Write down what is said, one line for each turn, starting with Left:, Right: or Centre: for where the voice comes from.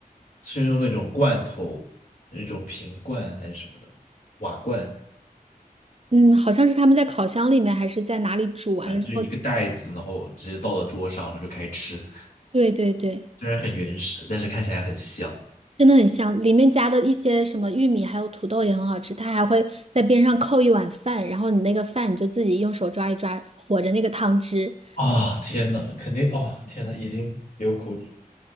Left: 是用那种罐头，那种瓶罐还是什么的瓦罐，
Right: 嗯，好像是他们在烤箱里面还是在哪里煮完了之后，
Left: 反正就一个袋子，然后直接倒到桌上了就开始吃。
Right: 对对对。
Left: 虽然很原始，但是看起来很香。
Right: 真的很香，里面加的一些什么玉米还有土豆也很好吃，它还会在边上扣一碗饭，然后你那个饭你就自己用手抓一抓，和着那个汤汁，
Left: 啊、天呐，肯定哦，天呐，已经流口水，